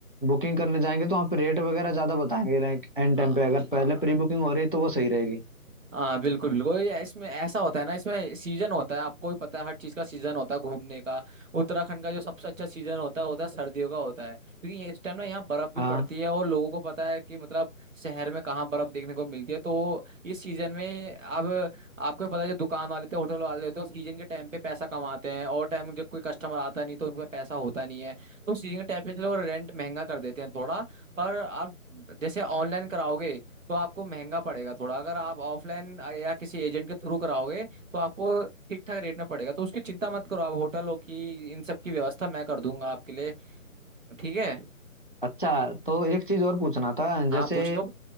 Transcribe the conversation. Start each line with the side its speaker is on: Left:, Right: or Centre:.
Left: बुकिंग करने जाएंगे तो वहाँ पे रेट वगैरह ज्यादा बताएंगे लाइक एंड
Right: हाँ
Left: टाइम पे अगर
Right: हाँ
Left: पहले प्री बुकिंग हो रही तो वो सही रहेगी
Right: हाँ बिल्कुल बिल्कुल ये इसमें ऐसा होता है ना इसमें सीजन होता है आपको भी पता है हर चीज का सीजन होता है घूमने का उत्तराखंड का जो सबसे अच्छा सीजन होता है होता है सर्दियों का होता है क्योंकि इस टाइम ना यहाँ बर्फ भी
Left: हाँ
Right: पड़ती है और लोगों को पता है कि मतलब शहर में कहाँ बर्फ देखने को मिलती है तो इस सीजन में अब आपको पता है जो दुकान वाले होते हैं होटल वाले होते हैं सीजन के टाइम पे पैसा कमाते हैं और टाइम जब कोई कस्टमर आता नहीं तो उनका पैसा होता नहीं है तो सीजन के टाइम पे चलो रेंट महंगा कर देते हैं थोड़ा पर आप जैसे ऑनलाइन कराओगे तो आपको महंगा पड़ेगा थोड़ा अगर आप ऑफलाइन या किसी एजेंट के थ्रू कराओगे तो आपको ठीक ठाक रेट में पड़ेगा तो उसकी चिंता मत करो आप होटलों की इन सब की व्यवस्था मैं कर दूंगा आपके लिए ठीक है
Left: अच्छा तो एक चीज और पूछना था
Right: हाँ
Left: जैसे
Right: पूछो